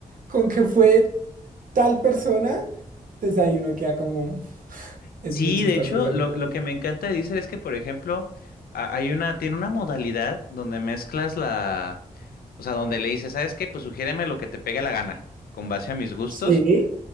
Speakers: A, on the right (about 65°); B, on the left (about 85°).
A: con que fue tal persona, entonces ahí uno queda como, es
B: Sí,
A: muy chistoso.
B: de hecho,
A: o sea,
B: lo, lo que me encanta de Deezer es que, por ejemplo, a- hay una, tiene una modalidad donde mezclas la, o sea, donde le dices, ¿sabes qué? Pues sugiéreme lo que te pegue la gana, con base a mis gustos.
A: sí,